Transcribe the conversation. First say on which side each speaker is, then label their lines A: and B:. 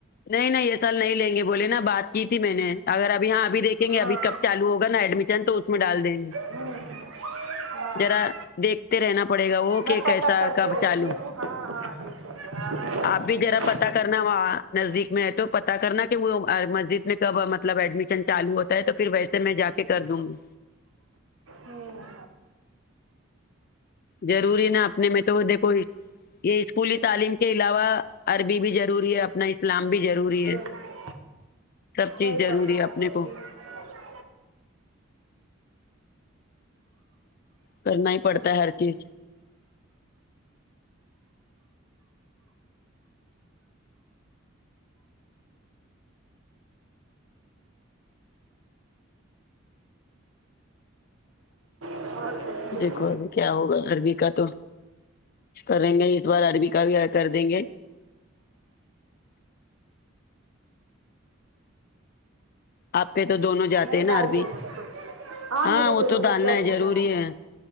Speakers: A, on the left; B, on the right.
A: نہیں نہیں یہ سال نہیں لیں گے بولے نا بات کی تھی میں نے اگر اب یہاں ابھی دیکھی دکھےگے
B: ہاں
A: ابھی کب چالو ہوگا نہ ایڈمیشن تو اس میں ڈال دیں گے
B: ہوں، ہوں، ہاں
A: ذرا دیکھتے رہنا پڑے گا وہ
B: میں
A: کہ
B: پتہ
A: کیسا
B: کرتی
A: کب
B: رہتی
A: چالو
B: ہوں ہاں ہاں دیکھیں گے ہاں ہاں، میں
A: آپ
B: پتہ
A: بھی ذرا
B: کرتی
A: پتا
B: ہوں
A: کرنا وہا نزدیک میں ہے تو پتا کرنا کہ وہ مسجد میں کب مطلب ایڈمیشن چالو ہوتا ہے تو پھر ویسے میں جا کہ کر دوں گی
B: امم
A: ضروری نا اپنے میں وہ تو دیکھو یہ اسکولی تعلیم کے علاوہ عربی بھی ضروری ہے اب اپنا اسلام بھی ضروری ہے
B: ضرور
A: سب چیز
B: صحیح
A: ضروری
B: بات
A: ہے
B: بابا
A: اپنے کو
B: پھر
A: کرنا ہی پڑتا ہے ہر چیز
B: اور بولیے
A: دیکھو ابھی کیا ہوگا عربی کا تو کریں گے اس بار عربی کا بھی ایڈ کر دیں گے آپ کے تو دونوں جاتے
B: نہیں
A: ہیں
B: ڈال
A: نا عربی
B: دینا اس کو
A: ہاں
B: میرے
A: وہ
B: دونوں
A: تو
B: بچے
A: ڈالنا
B: عربی
A: ہے ضروری
B: جاتے
A: ہے